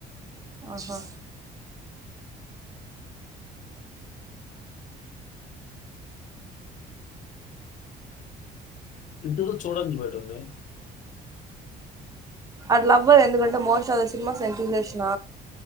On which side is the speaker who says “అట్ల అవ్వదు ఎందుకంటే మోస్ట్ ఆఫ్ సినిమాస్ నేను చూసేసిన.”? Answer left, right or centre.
Right